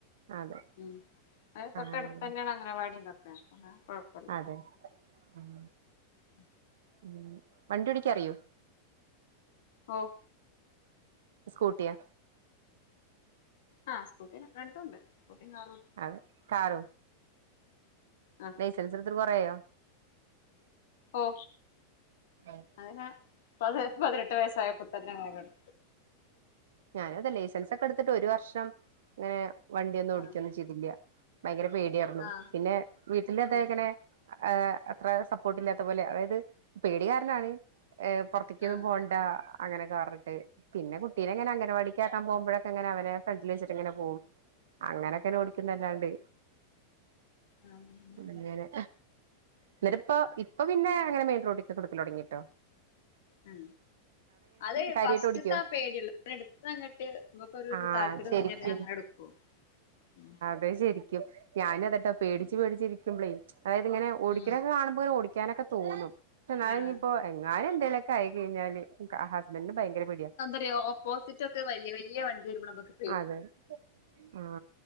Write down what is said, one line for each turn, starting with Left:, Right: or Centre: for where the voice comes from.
Right: അതെ
Left: ഉം അയിന്
Right: ആഹ്
Left: തൊട്ടടുത്തന്നാണ് അംഗവാടി ഇതൊക്കെ കൊഴപ്പല്ല
Right: അതെ ഉം
Left: ഉ
Right: ഉം വണ്ടി ഒടിക്കാറിയോ
Left: ഒ
Right: സ്കൂട്ടിയാ
Left: ആഹ് സ്കൂട്ടീം രണ്ടുണ്ട് സ്കൂട്ടീം കാറും
Right: അതെ കാറും
Left: ആഹ്
Right: ലൈസൻസ് എടുത്തിട്ട് കൊറേ ആയോ
Left: ഒ
Right: ആഹ്
Left: അതിനാ പതി പതിനെട്ട് വയസ്സായപ്പോ തന്നെ വേഗെടു
Right: ഞാനും അതലേ ലൈസൻസൊക്കെടുത്തിട്ട് ഒരു വർഷം ങ്ങേ വണ്ടി ഒന്നും ഓടിക്കൊന്നു
Left: ആഹ്
Right: ചെയ്തില്ല ഭയങ്കര പേടിയാറന്നു
Left: ആഹ്
Right: പിന്നെ വീട്ടിലതേ
Left: ആഹ്
Right: എങ്ങനെ ആ അത്ര സപ്പോർട്ടില്ലാത്ത പോലെ അതായിത് പേടി കാ ണ്ടാണ് അ പൊറത്തേക്കൊന്നും
Left: ആഹ്
Right: പോണ്ട അങ്ങനൊക്കെ പറഞ്ഞിട്ട് പിന്നെ കുട്ടീനെ ഞാൻ അങ്കനവാടിക്കാക്കാൻ പോവുംമ്പഴക്കങ്ങന അവര ഫ്രണ്ടില് വെച്ചിട്ടിങ്ങനെ പോവും അങ്ങനൊക്കെന ഓടിക്കുന്നല്ലാണ്ട്
Left: ആഹ്
Right: അങ്ങനെ എന്നിരുപ്പോ ഇപ്പ പിന്നേ അങ്ങനെ മെയിൻ റോഡികൊക്കെ എടുക്കലൊടങ്ങീട്ടോ
Left: ഉം അതേ
Right: കാര്യായിട്ട്
Left: ഫസ്റ്റ്ത്തെ
Right: ഓടിക്കോ
Left: ആ പേടിയൊള്ളൂ പിന്നെ എടുത്താ അങ്ങിട്ട് നമുക്കൊരു
Right: ആഹ്
Left: താല്പര്യം
Right: ശരിക്കും
Left: തോന്നൃ പിന്നങ്ങനെ എടുക്കൂം ഉം
Right: പേടിച്ചിരിക്കും ഞാനെന്നിട്ട് പേടിച്ച്
Left: ഉം
Right: പേടിച്ച് ഇരിക്കുംമ്പളേ അതായിത് ഇങ്ങനെ ഓടിക്കണ
Left: ഉം
Right: കാണുംമ്പോ ഓടി ക്കാനൊക്കെ തോന്നും എന്നാലിനിപ്പൊ
Left: ആഹ്
Right: എങ്ങാനെന്തേലൊക്കായി കഴിഞ്ഞാല് ഹ ഹസ്ബന്റിന് ഭയങ്കര പേടിയ
Left: തെ ഓപ്പോസിറ്റൊക്ക വലൃ വലൃ വണ്ടി വെരുംമ്പള നമക്ക്
Right: അതെ ആ